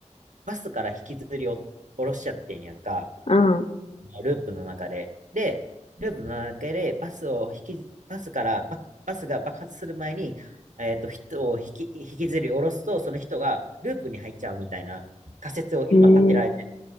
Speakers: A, on the right; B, on the left.
A: バスから引きずりお下ろしちゃってんやんか。
B: うん
A: ループの中で。で、ループの中でバスを引き、バスからバク、バスが爆発する前に、えっと、人を引き、引きずり下ろすと、その人がループに入っちゃうみたいな仮説を今立てられてる。
B: ええ、う